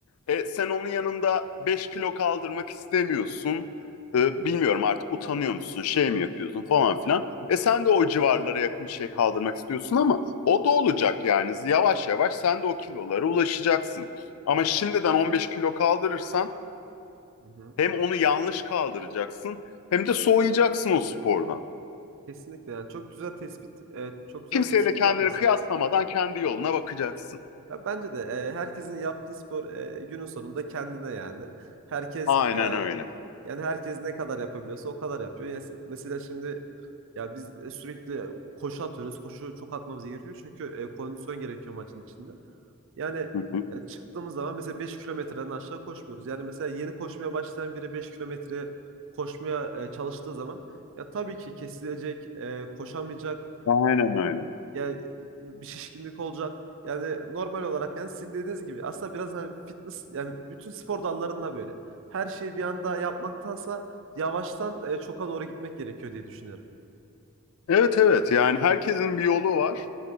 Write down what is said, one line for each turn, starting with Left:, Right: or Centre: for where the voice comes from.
Left: E, sen onun yanında 5 kilo kaldırmak istemiyorsun. E, bilmiyorum artık utanıyor musun şey mi yapıyorsun falan filan. E sen de o civarlara yakın bir şey kaldırmak istiyorsun ama o da olacak yani yavaş yavaş sen de o kilolara ulaşacaksın. Ama
Right: E,
Left: şimdiden 15 kilo kaldırırsan
Right: hı hı.
Left: hem onu yanlış kaldıracaksın hem de soğuyacaksın o spordan.
Right: Kesinlikle yani çok güzel tespit, e, çok güzel
Left: Kimseyle
Right: tespit
Left: kendini
Right: yapmışsınız.
Left: kıyaslamadan kendi yoluna bakacaksın.
Right: Ya bence de e, herkesin yaptığı spor e, günün sonunda kendine yani. Herkes
Left: Aynen
Right: e,
Left: öyle.
Right: yani herkes ne kadar yapabiliyorsa o kadar yapıyor. Yani s- mesela şimdi ya biz e, sürekli koşu atıyoruz. Koşu çok atmamız gerekiyor çünkü e, kondisyon gerekiyor maçın içinde. Yani
Left: Hı hı.
Right: ya çıktığımız zaman mesela 5 kilometreden aşağı koşmuyoruz. Yani mesela yeni koşmaya başlayan biri 5 kilometre koşmaya e, çalıştığı zaman ya tabii ki kesilecek, e, koşamayacak
Left: Aynen öyle.
Right: yani bir şişkinlik olacak. Yani normal olarak yani sizin dediğiniz gibi aslında biraz hani fitness yani bütün spor dallarında böyle. Her şeyi bir anda yapmaktansa yavaştan e, çoka doğru gitmek gerekiyor diye düşünüyorum.
Left: Evet evet yani herkesin bir yolu var.